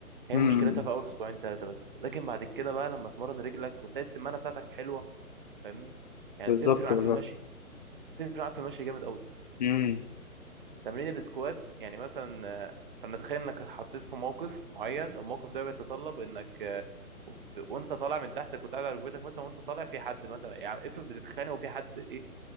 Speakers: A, on the right; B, on the left.
A: هي
B: امم
A: مشكلتها في اول اسبوعين ثلاثه بس لكن بعد كده بقى لما تمرن رجلك وتلاقي السمانه بتاعتك حلوه فاهمني يعني
B: بالظبط
A: بتفرق معاك
B: بالظبط
A: في المشي بتفرق معاك في المشي جامد قوي
B: امم
A: تمرين السكواد يعني مثلا آه، فلنتخيل انك حطيت في موقف معين الموقف ده بيتطلب انك آه، ب- وانت طالع من تحتك وتقعد على ركبتك مثلا وانت طالع في حد مثلا يعني افرض بتتخانق وفي حد ايه